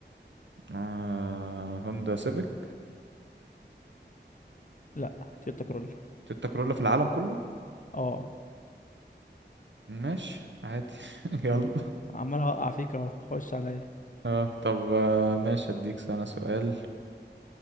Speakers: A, on the right (about 80°); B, on the left (about 45°).
A: آه... هوندا سيفيك
B: لا تويوتا كرولا
A: تويوتا كورولا في العالم كله
B: اه
A: ماشي عادي <laughs> يلا
B: عمال اوقع فيك اهو خش عليا
A: اه طب آه، ماشي اديك انا سؤال